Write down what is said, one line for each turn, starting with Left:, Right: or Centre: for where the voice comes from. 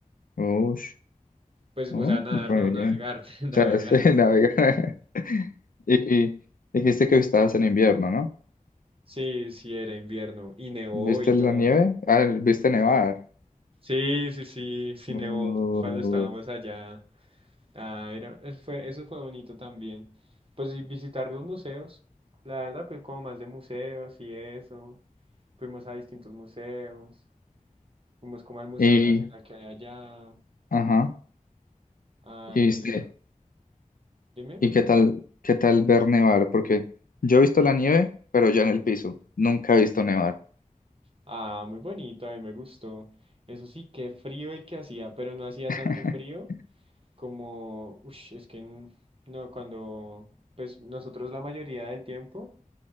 Left: Ush,
Right: Pues,
Left: oh,
Right: o sea, nadar,
Left: re
Right: no, navegar,
Left: bien.
Right: <laughs> navegar.
Left: O sea, <laughs> se navega. <laughs> Y, y dijiste que estabas en invierno, ¿no?
Right: Sí, sí, era invierno y nevó
Left: ¿Viste
Right: y todo.
Left: la nieve? Ah, ¿viste nevar?
Right: Sí, sí, sí, sí, sí,
Left: Uy,
Right: nevó cuando estábamos allá. Ah, era, eso fue, eso fue bonito también. Pues y visitar los museos. La verdad, pues como más de museos y eso. Fuimos a distintos museos. Fuimos como al Museo
Left: Y,
Right: Nacional que hay allá.
Left: ajá,
Right: Al,
Left: y este,
Right: ah, dime.
Left: ¿y qué tal, qué tal ver nevar? Porque yo he visto la nieve, pero ya en el piso. Nunca he visto nevar.
Right: Ah, muy bonito, a mí me gustó. Eso sí, qué frío el que hacía, pero no hacía
Left: <laughs>
Right: tanto frío como, uff, es que n- no, cuando, pues nosotros la mayoría del tiempo.